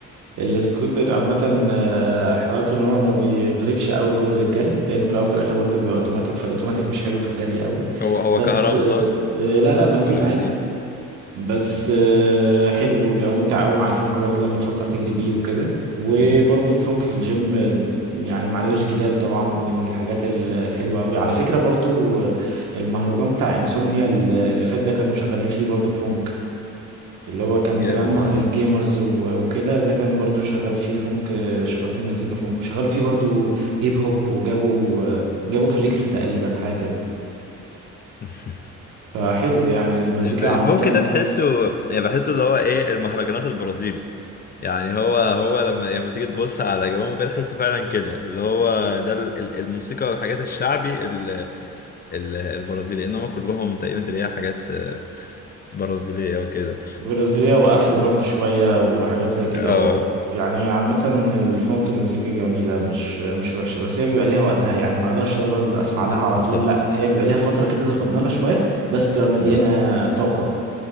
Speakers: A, on the right; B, on the left.
A: السكوتر عامة آه، حلاوته ان هو ما بيغرقش قوي برضه للجري لانه في الاول وفي الاخر برضه بيبقى اوتوماتيك فالاوتوماتيك مش حلو في الجري قوي
B: هو هو
A: بس
B: كهربا
A: آه،
B: صح؟
A: آه، لا لا بنزين
B: ولا بنزين؟
A: عادي بس
B: امم
A: آه، حلو وبيبقى ممتع قوي مع الفونك برضه لما تفكر تجري بيه وكده وبرضه
B: امم
A: الفونك في الجيم آه، يعني معلوش جدال طبعا من الحاجات ال- الحلوه قوي على
B: آه
A: فكره برضه آه، المهرجان بتاع انسومنيا ال- اللي فات ده كانوا شغالين فيه برضه فونك اللي هو كان
B: جامد
A: تجمع
B: والله
A: للجيمرز و- وكده ده كان برضه شغال فيه فونك آه، شغال فيه مزيكا فونك وشغالوا فيه برضه هيب هوب وجابوا آه، جابوا فليكس تقريبا حاجه كده
B: <laughs>
A: فحلو يعني المزيكا
B: الف- الفونك
A: عامة
B: ده تحسه يعني بحسه اللي هو إيه المهرجانات البرازيلي يعني هو هو لما لما تيجي تبص على جوهم كده تحسه فعلا كده اللي هو ده ال- ال- الموسيقى والحاجات الشعبي ال- البرازيلي انما كلهم تقريبا تلاقيها حاجات آه، برازيلية وكده
A: برازيلية وافro برضو شوية وحاجات زي كده
B: اه
A: اه يعني عامة الفونك مزيكا جميلة مش مش وحشة بس هي بيبقى ليها وقتها يعني ما اقدرش افضل اسمع
B: ب-
A: لها على
B: بالظبط
A: طول لا هي بيبقى ليها فترة كده صغننة شوية بس تبقى مليانة
B: ب-
A: طاقة